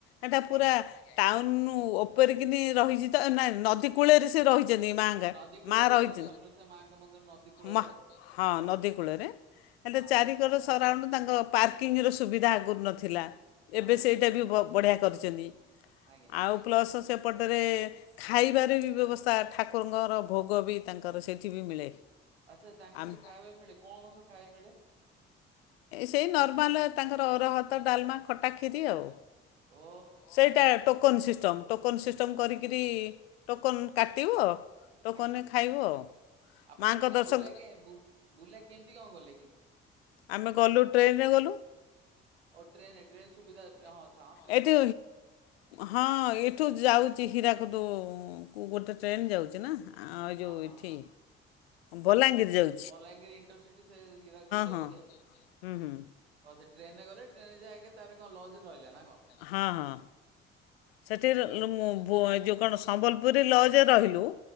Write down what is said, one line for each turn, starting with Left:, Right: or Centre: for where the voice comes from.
Left: ଏଟା ପୁରା।
Right: ଆଜ୍ଞା ଆଜ୍ଞା।
Left: ଟାଉନୁ ଓପରି କିିନି ରହିଛି ତ ନା ନଦୀ କୂଳରେ ସେ ରହିଛନ୍ତି ମା। ଯା
Right: ନଦୀ କୂଳରେ
Left: ମା ରହିଛ
Right: ଆଉ ସମଲେଶ୍ୱରୀ ମାଙ୍କ ମନ୍ଦିର ନଦୀ କୂଳରେ
Left: ମା
Right: ଆଉ
Left: ହଁ ନଦୀ କୂଳରେ। ହେଲେ
Right: ହଁ
Left: ଚାରି। ତାଙ୍କର ସରାଉଣ୍ଡୁ ପାର୍କିଙ୍ଗ ର ସୁବିଧା ଆଗୁରୁ ନଥିଲା
Right: ହଁ
Left: ଏବେ ସେଇଟା ବି ବଢ଼ିଆ କରିଛନ୍ତି
Right: ଆଜ୍ଞା।
Left: ଆଉ ପ୍ଲସ୍ ସେପଟରେ। ଖାଇବାରେ ବି ବ୍ୟବସ୍ଥା ଠାକୁରଙ୍କର ଭୋଗ ବି ତାଙ୍କର ସେଇଠି ବି ମିଳେ।
Right: ଆଚ୍ଛା ତାଙ୍କର
Left: ଆମେ
Right: ସେଠି ଖାଇବା ପାଇଁ ମିଳେ କ'ଣ କ'ଣ ସବୁ ଖାଇବା ମିଳେ।
Left: ସେଇ ନର୍ମାଲ ତାଙ୍କର ଅରୁଆ ଭାତ, ଡାଲମା, ଖଟା, ଖିରି ଆଉ।
Right: ଓ।
Left: ସେଇଟା ଟୋକନ ସିଷ୍ଟମ ଟୋକନ ସିଷ୍ଟମ
Right: ତ
Left: କରିକିରି
Right: ବସ୍
Left: ଟୋକନ କାଟିବ। ଟୋକନରେ
Right: ଆଜ୍ଞା
Left: ଖାଇବ ଆଉ
Right: ଆପଣ
Left: ମାଆଙ୍କ
Right: ମାନେ
Left: ଦର୍ଶନ
Right: ବୁଲା କେ ବୁଲା କେମିତି କଣ ଗଲେ କି?
Left: ଆମେ ଗଲୁ ଟ୍ରେନରେ ଗଲୁ।
Right: ଓ ଟ୍ରେନ ଟ୍ରେନ ସୁବିଧା ହଁ ଅଛ।
Left: ଏଇଠି ହଁ ଏଇଠୁ ଯାଉଛି ହୀରାକୁଦ କୁ ଗୋଟେ ଟ୍ରେନ୍ ଯାଉଛି ନା। ଆ ଯେଉଁ
Right: ହଁ ହଁ
Left: ଏଠି
Right: ହଁ
Left: ବଲାଙ୍ଗୀର ଯାଉ
Right: ବଲାଙ୍ଗୀର ଇଣ୍ଟରସିଟି ସେ ହୀରାକୁଦ ଯାଉଛି
Left: ହଁ
Right: ଆଉ।
Left: ହୁଁ ହୁଁ
Right: ଓ ସେ ଟ୍ରେନରେ ଗଲେ ଟ୍ରେନରେ ଯାଇକି ତାପରେ କଣ ଲର୍ଜ ରହିଲେ ନା କଣ
Left: ହଁ ହଁ। ସେଠି ଯେଉ
Right: ଆଚ୍ଛା
Left: କଣ ସମ୍ବଲପୁରରେ ଲର୍ଜରେ ରହିଲୁ